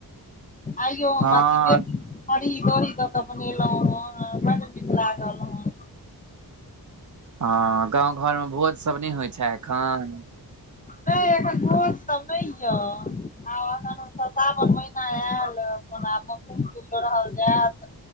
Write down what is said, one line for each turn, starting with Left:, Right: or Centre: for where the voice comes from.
Left: अइयो हम
Right: हँ
Left: <unintelligible> हरी दही दऽ केऽ बनेलहुं हे बड नीक लागल हं
Right: हँ गाँव घर मे भोज सभ नय होइ छै एखन
Left: नय एखन भोज सब नय य आब अखन सावन महीना आयल अपन आबमे फूल तूल लोढ़ल जायत